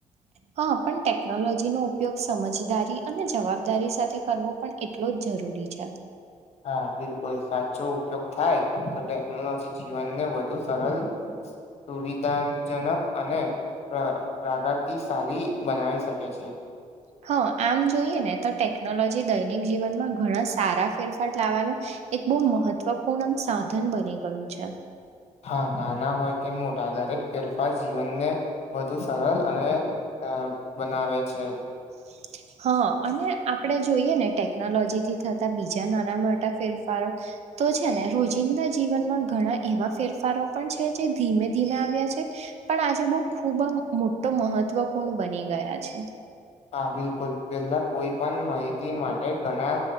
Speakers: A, on the right; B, on the left.
A: હા પણ ટેકનોલોજી નો. ઉપયોગ સમજદારી અને જવાબદારી સાથે કરવો પણ એટલો જ જરૂરી છે.
B: હા બિલકુલ સાચો ઉપયોગ થાય તો ટેકનોલોજી જીવનને વધુ સરળ. સુવિધાજનક અને પ્રગતિશાલી બનાવી શકે છે. <unintelligible>
A: હા આમ જોઈએ ને તો ટેકનોલોજી દૈનિક જીવનમાં ઘણા સારા ફેરફાર લાવવાનું. એક બહુ મહત્વપૂર્ણ સાધન બની ગયું છે
B: હા નાના હોય કે મોટા દરેક ફેરફાર જીવનને વધુ સરળ અને અ બનાવે છે
A: <inaudible> હા અને આપડે જોઈએ ને ટેકનોલોજી થી થતા બીજા નાના મોટા ફેરફારો તો છે ને રોજિંદા જીવનમાં ઘણા એવા ફેરફારો પણ છે જે ધીમે ધીમે આવ્યા છે પણ આજે બહુ ખૂબ મોટો મહત્વપૂર્ણ બની ગયા છે
B: હા બિલકુલ પેલા કોઈ પણ માહિતી માટે ઘણા